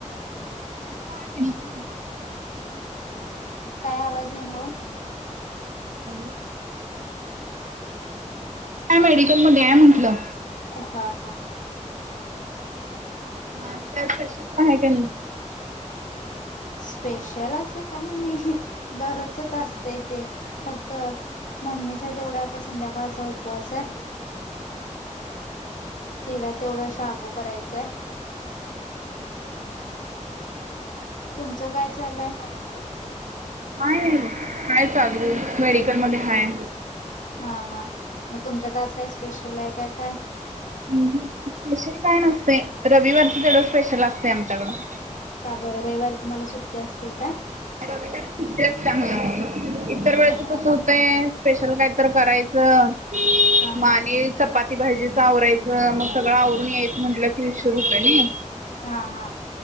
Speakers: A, on the right (about 75°); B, on the left (about 80°).
A: <unintelligible>
B: काय आवाज येईना ओ
A: हॅलो... काय मेडिकल मध्ये आहे म्हटलं
B: हा हा
A: आज काय स्पेशल काय आहे का नाही?
B: स्पेशल असं काही नाही दररोजचच असतंय ते फक्त मम्मीच्या तेवढ्या आता संध्याकाळचा उपवास आहे. तिला तेवढं शाबू करायचंय. तुमचं काय चालू आहे?
A: नाही नाही आहे चालू मेडिकल मध्ये हाय
B: हा हा मग तुमच्यात आज काय स्पेशल आहे का काय?
A: अं हूं स्पेशल काय नसतयं रविवारचं तेवढं स्पेशल असतंय आमच्याकडं
B: का बरं रविवारी तुम्हाला सुट्टी असतयं काय?
A: रविवारी सुट्टी असत्या मला. इतर वेळेच
B: हा
A: कसं होतयं स्पेशल काय तर करायचं मग
B: हा
A: आणि चपाती भाजीच आवरायचं मग सगळं आवरून यायचं म्हटलं की, उशिर होतोय नाही.
B: हा हा